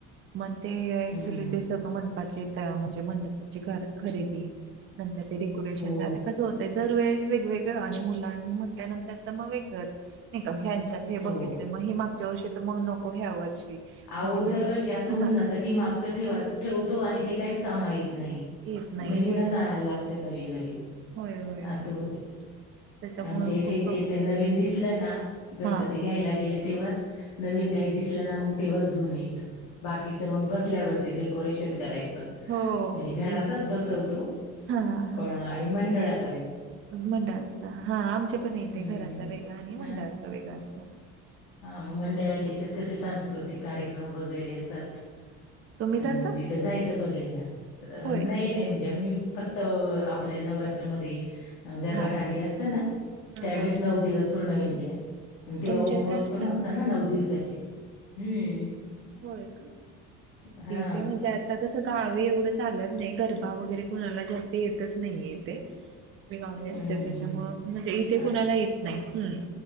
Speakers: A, on the right (about 40°); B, on the left (about 80°).
A: मग ते ऍक्च्युली
B: हम्म हम्म.
A: ते सगळं मंडपाचे म्हणजे मंडपाची खरेदी नंतर ते डेकोरेशन
B: हो
A: ते कसं होत दरवेळेस वेगवेगळ आणि मुलांनी म्हटल्यानंतर तर मग वेगळंच नाही का हच्यात हे
B: हो
A: बघितले
B: हो.
A: मग हे माग र्श तर मग नको ह्या वर्षी
B: अहो
A: मग ते
B: दरवर्षी
A: दुसरं
B: असं होऊन जात की मागच ठे ठेवतो आणि ते काहीच कामा येत नाही
A: येत नाही
B: नवीनच
A: होय
B: आणायला लागते नवीन नवीन
A: होय होय
B: अस
A: होय
B: होते.
A: त्याच्यामुळे
B: आमच्या इथे
A: खूप
B: तेच नवीन दिसलं ना गणपती
A: हा
B: घ्यायला गेले तेव्हाच नवीन काही दिसलं ना मग तेव्हाच घेऊन यायचं बाकी मग बसल्यावरती डेकोरेशन करायचं
A: हो
B: म्हणजे घरातच
A: वेगळ
B: बसवतो.
A: हा हा
B: पण आणि मंडळात
A: मंडळाचा हा आमच्या पण येते
B: हम्म
A: घरातला वेगळा आणि मंडळाचा
B: ह
A: वेगळा असतो.
B: हा मग मंडळाच्या याच्यात कसे सांस्कृतिक कार्यक्रम वगैरे असतात.
A: तुम्ही जाता
B: मग तिथं जायचं बघायला
A: होय
B: नाही नाही म्हणजे आी फक्त आपल्या नवरात्रामध्ये गरबा
A: हा हा
B: दांडिया असतं ना
A: हा
B: त्यावेळेस
A: हा
B: नऊ दिवस पूर्ण एन्जॉय तेव्हा
A: तुमच्या
B: उपवास
A: इथं असतं.
B: पण असतना नऊ दिवसाचे हम्म.
A: होय का
B: हा
A: इथे म्हणजे आता कसं गावी एवढं चालत नाही घर भाव वगैरे कोणाला जास्ती येतच नाहीये इथे. मी गावी असते
B: हम्म हम्म
A: त्याच्यामुळ
B: हम्म
A: म्हणजे इथे
B: अच्छा
A: कुणाला येत नाही हम.